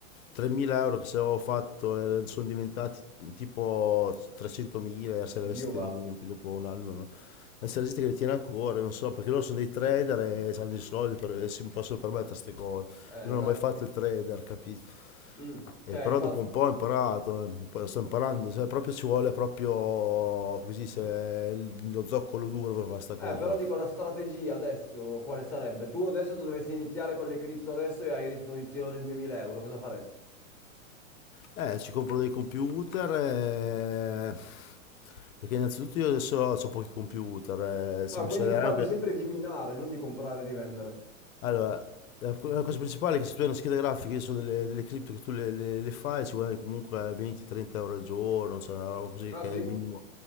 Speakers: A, on the left (about 85°); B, in the centre.
A: 3.000 euro che se avevo fatto eh, sono diventati tipo 300.000 se li avessi
B: Dio
A: tenuti
B: va.
A: dopo un anno. no? Adesso la gente che li tiene ancora, non so, perché loro sono dei trader e hanno i soldi per- e si possono permettere queste cose.
B: Eh,
A: Io non
B: esatto.
A: ho mai fatto il trader, capito?
B: Mm.
A: Eh,
B: Cioè,
A: però
B: hai fatto...
A: dopo un po' ho imparato, eh, poi sto imparando, cioè proprio ci vuole proprio, come si dice, il- lo zoccolo duro per fare sta
B: Eh,
A: cosa
B: però
A: qua.
B: dico la strategia adesso, quale sarebbe? Tu adesso se dovessi iniziare con le cripto adesso e hai a disposizione 2000 euro, cosa faresti?
A: Eh, ci compro dei computer, eh, perché innanzitutto io adesso ho pochi computer, eh, se
B: Ah,
A: mi
B: quindi
A: serve
B: tu parli
A: anche...
B: sempre di minare, non di comprare e rivendere.
A: Allora, la, co- la cosa principale è che se tu hai una scheda grafica, io so delle, delle cripto che tu le, le- le fai, ci guadagni comunque 20-30 euro al giorno, cioè una roba così
B: Ah
A: che
B: sì?
A: è il Sì. minimo,